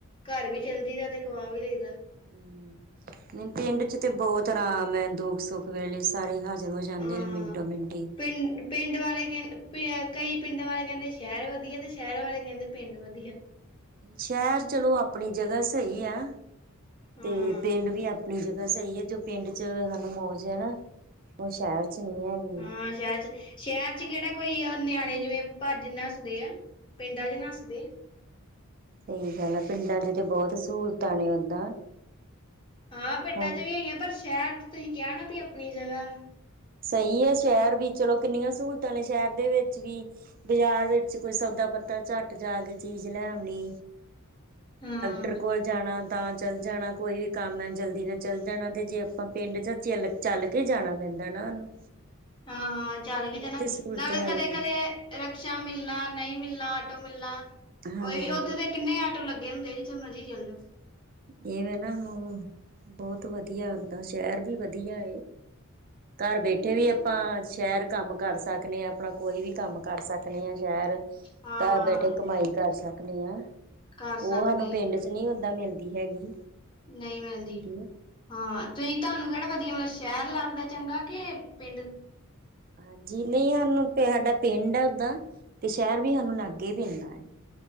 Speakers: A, on the left (about 25°); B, on the right (about 40°).
A: ਘਰ ਵੀ ਚੱਲਦੀ ਹੈ, ਤੇ ਕਮਾ ਵੀ ਲਗਦਾ।
B: ਹੂੰ ਨਹੀਂ ਪਿੰਡ ਚ ਤੇ ਬਹੁਤ ਆਰਾਮ ਹੈ, ਦੁੱਖ-ਸੁੱਖ ਵੇਲੇ ਸਾਰੇ ਹਰ ਉਹ ਜਾਂਦੇ
A: ਹਾਂ
B: ਨੇ ਮਿੰਟੋ-ਮਿੰਟ ਹੀ,
A: ਪਿੰਡ ਪਿੰਡ ਵਾਲੇ ਕਹਿੰਦੇ, ਪ ਕਈ ਪਿੰਡਾਂ ਵਾਲੇ ਕਹਿੰਦੇ ਸ਼ਹਿਰ ਵਧੀਆ ਤੇ ਸ਼ਹਿਰ ਵਾਲੇ ਕਹਿੰਦੇ ਪਿੰਡ ਵਧੀਆ।
B: ਸ਼ਹਿਰ ਚਲੋ, ਆਪਣੀ ਜਗ੍ਹਾ ਸਹੀ ਹੈ।
A: ਹਾਂ
B: ਤੇ ਪਿੰਡ ਵੀ ਆਪਣੀ ਜਗ੍ਹਾ ਸਹੀ ਹੈ, ਜੋ ਪਿੰਡ ਚ ਸਾਨੂੰ ਮੌਜ ਹੈ। ਉਹ ਸ਼ਹਿਰ 'ਚ ਨਹੀਂ ਹੈਗੀ।
A: ਹਾਂ ਸ਼ਹਿਰ ਚ ਸ਼ਹਿਰ ਚ ਕਿਹੜਾ ਭਈ ਨਿਆਣੇ ਜਿਵੇਂ, ਭੱਜ ਨੱਸਦੇ ਆ। ਪਿੰਡਾਂ ਚ ਨੱਸਦੇ ਆ।
B: ਸਹੀ ਗੱਲ ਆ, ਪਿੰਡਾਂ ਚ ਤੇ ਬਹੁਤ ਸਹੂਲਤਾਂ ਨੇ ਓਦਾਂ,
A: ਹਾਂ ਪਿੰਡਾਂ
B: ਹੁਣ
A: ਚ ਵੀ ਹੈਗੀਆਂ, ਪਰ ਸ਼ਹਿਰ ਤੁਸੀਂ ਕਿਹਾ ਨਾ ਆਪਣੀ ਜਗ੍ਹਾ।
B: ਸਹੀ ਹੈ, ਸ਼ਹਿਰ ਵੀ ਚਲੋ ਕਿੰਨੀਆਂ ਸਹੂਲਤਾਂ ਨੇ ਸ਼ਹਿਰ ਦੇ ਵਿੱਚ ਵੀ ਬਾਜ਼ਾਰ ਵਿੱਚ ਕੋਈ ਸੌਦਾ ਪੱਤਾ ਝੱਟ ਜਾ ਕੇ ਚੀਜ਼ ਲੈ ਆਉਣੀ।
A: ਹਾਂ,
B: ਟਾਕਟਰ ਕੋਲ ਜਾਣਾ, ਤਾਂ ਚੱਲ ਜਾਣਾ ਕੋਈ ਵੀ ਕੰਮ ਹੈ, ਜਲਦੀ ਨਾਲ ਚੱਲ ਜਾਣਾ ਅਤੇ ਜੇ ਆਪਾਂ ਪਿੰਡ ਚੱਲੇ। ਚੱਲ ਕੇ ਜਾਣਾ ਪੈਂਦਾ ਨਾ ਉਹਨੂੰ
A: ਹਾਂ-ਹਾਂ, ਚੱਲ ਕੇ ਜਾਣਾ
B: ਇਹ ਤੇ ਸਹੂਲਤ
A: ਨਾਲੇ
B: ਹੈਗੀ
A: ਕਦੇ ਕਦੇ। ਰਿਕਸ਼ਾ ਮਿਲਣਾ, ਨਹੀਂ ਮਿਲਣਾ, ਆਟੋ ਮਿਲਣਾ,
B: ਹਾਂ
A: ਉਹ ਵੀ ਉੱਦੋਂ ਦੇ। ਕਿੰਨੇ ਆਟੋ ਲੱਗੇ ਹੁੰਦੇ, ਜਿੱਥੇ ਮਰਜ਼ੀ ਚੱਲ ਜਾਓ।
B: ਇਵੇ ਨਾ, ਹਾਂ ਬਹੁਤ ਵਧੀਆ ਹੂੰਦਾ, ਸ਼ਹਿਰ ਵੀ ਵਧੀਆ। ਘਰ ਬੈਠੇ ਵੀ ਆਪਾਂ ਸ਼ਹਿਰ ਕੰਮ ਕਰ ਸਕਦੇ ਹਾਂ, ਆਪਣਾ ਕੋਈ ਵੀ ਕੰਮ ਕਰ ਸਕ। ਪੱਖਲੀਆਂ, ਸ਼ਹਿਰ।
A: ਹਾਂ
B: ਘਰ
A: ਹਾਂ
B: ਬੈਠੇ ਕਮਾਈ ਕਰ ਸਕਦੇ ਹਾਂ,
A: ਕਰ
B: ਉਹ
A: ਸਕਦੇ
B: ਸਾਨੂੰ ਪਿੰਡ
A: ਆ
B: 'ਚ ਨਹੀਂ, ਓਦਾਂ ਮਿਲਦਾ। ਹੈਗੀ।
A: ਨਹੀਂ ਮਿਲਦੀ।
B: ਆ
A: ਹਾਂ, ਤੁਸੀਂ ਤੁਹਾਨੂੰ ਕਿਹੜਾ ਵਧੀਆ ਲਗਦਾ? ਮਤਲਬ ਸ਼ਹਿਰ ਚੰਗਾ ਕਿ ਪਿੰਡ।
B: ਹਾਂਜੀ ਨਹੀਂ, ਸਾਨੂੰ ਸਾਡਾ ਪਿੰਡ ਹੈ, ਓਦਾਂ ਤੇ ਸ਼ਹਿਰ ਵੀ ਸਾਨੂੰ ਲਾਗੇ ਹੀ ਪੈਂਦਾ ਹੈ।